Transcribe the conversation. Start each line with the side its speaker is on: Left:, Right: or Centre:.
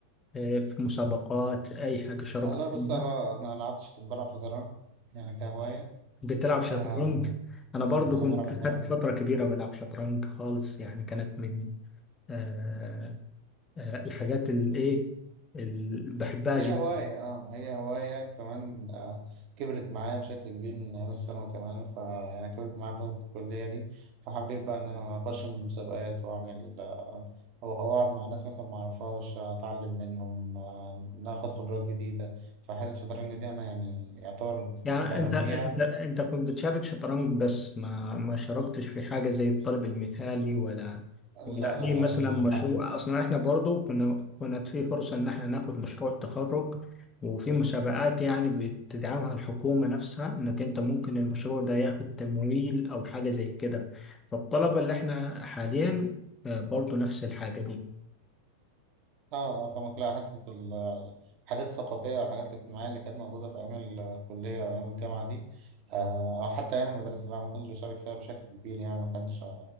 Left: آه، في مسابقات اي حاجه شاركت
Right: والله
Left: فيها
Right: بص أنا أنا ملعبتش بلعب شطرنج يعني كهواية
Left: بتلعب شطرنج
Right: آه،
Left: انا
Right: مم،
Left: برضو
Right: بحب
Left: كنت
Right: ألعب شطرنج
Left: خدت فتره كبيره بلعب شطرنج خالص يعني كانت من آه، آه، الحاجات الايه اللي بحبها
Right: هي
Left: جدا
Right: هواية اه هي هواية كمان آه كبرت معايا بشكل كبير من أيام الثانوي كمان فيعني كبرت معايا فترة الكلية دي فحبيت بقى إن أنا أخش من مسابقات وأعمل آه أو أو أقعد مع ناس مثلا معرفهاش أتعلم منهم آه ناخد خبرات جديدة فحالة الشطرنج دي أنا يعني يعتبر
Left: يعني
Right: بنميها
Left: انت انت انت كنت بتشارك شطرنج بس ما ما شاركتش في حاجه زي الطالب المثالي ولا
Right: لا
Left: ولا
Right: لا
Left: اي مثلا مشروع اصلا احنا برضو كنا كانت في فرصه ان احنا ناخد مشروع التخرج وفي مسابقات يعني بتدعمها الحكومه نفسها انك انت ممكن المشروع ده ياخد تمويل او حاجه زي كده فالطلبه اللي احنا حاليا آه، برضو نفس الحاجه دي
Right: اه اه فما تلاقي حتة ال- الحاجات الثقافية والحاجات الاجتماعية اللي كانت موجودة في أيام الكلية وأيام الجامعة دي آه، أو حتى أيام المدرسة أنا ما كنتش بشارك فيها بشكل كبير يعني ما كانش